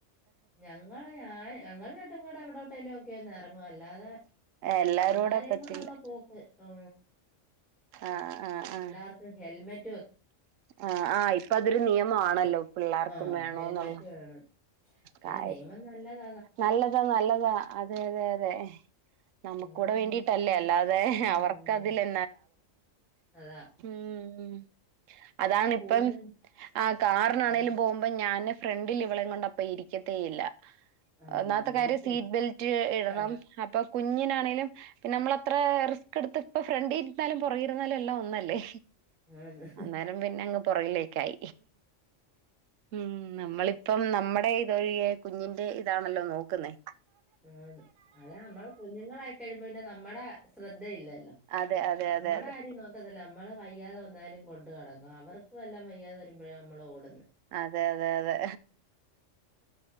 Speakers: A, in the centre; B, on the right.
A: ഞങ്ങ ഞൻ ഞങ്ങട്ടും കൂടെ എവിടെോട്ടേലും ഒക്കെന്ന ഇറങ്ങും അല്ലാതെ
B: എല്ലാരൂടെ
A: പിള്ളാരേും
B: പറ്റില്ല
A: കൊണ്ടുള്ള പോക്ക് ആ
B: ആഹ് ആഹ് ആഹ്
A: എല്ലാവർക്കും ഹെൽമെറ്റ്
B: ആഹ് ആഹ് ഇപ്പൊ അതൊരു നിയമമാണല്ലോ പിള്ളേർക്കും
A: ആ
B: വേണോന്നുള്ള
A: ഹെൽമെറ്റ് വേണം അല്ല
B: കാര്യം
A: നിയമം നല്ലത
B: നല്ലതാ നല്ലതാ അതെ അതെ അതെ നമുക്കൂടെ
A: നമ്മടെ കാര്യത്തിന്
B: വേണ്ടീട്ടല്ലേ
A: വേണ്ടി.
B: അല്ലാതെ
A: ഉം.
B: അവർക്ക് അതിലെ
A: അതാ.
B: ഉം അതാണിപ്പം
A: ഇപ്പൊ കൂടുതൽ
B: ആ കാറിനാണേങ്കിലും
A: ഉം.
B: പോകുമ്പോ ഞാന് ഫ്രണ്ടിൽ ഇവളേം കൊണ്ടപ്പ ഇരിക്കത്തേ ഇല്ല
A: ആ
B: ഒന്നാമത്തെ
A: ബെൽറ്റ്
B: കാര്യം സീറ്റ് ബെൽറ്റ് ഇടണം
A: ആ
B: അപ്പൊ കുഞ്ഞിനാ നമ്മളത്ര റിസ്ക് എടുത്ത് ഇപ്പം ഫ്രണ്ടിലിരുന്നാലും പുറകിരുന്നാലും എല്ലാം ഒന്നല്ലേ
A: ആന്ന്.
B: അന്നേരം പിന്നേ അങ്ങ് പുറകിലേ കൈ ഉം നമ്മള് ഇപ്പം നമ്മടെ ഇതൊഴിയെ കുഞ്ഞിന്റെ ഇത് ഇതാണല്ലോ നോക്കുന്നേ
A: ആണ് അതാ നമ്മള് കുഞ്ഞുങ്ങളായിക്കഴിയുമ്പോ പിന്നെ നമ്മടെ ശ്രദ്ധ ഇത ഇല്ലല്ലോ
B: അതെ അതെ
A: നമ്മടെ
B: അതെ അതെ
A: കാര്യം നോക്കത്തില്ല നമ്മള് വയ്യാതെ വന്നാലും കൊണ്ട് നടക്കും അപ്പ അവർക്ക് വല്ലോം വയ്യാതെ വരുമ്പോഴാ നമ്മളോടുന്ന്
B: അതെ അതെ അതെ